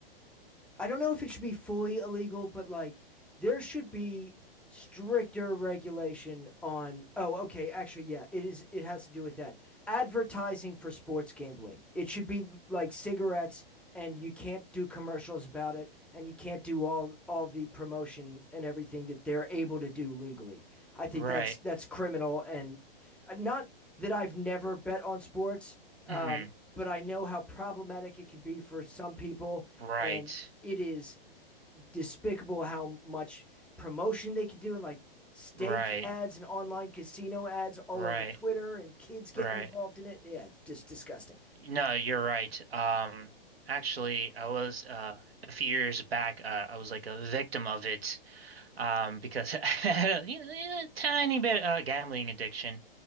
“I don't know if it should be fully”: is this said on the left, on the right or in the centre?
Centre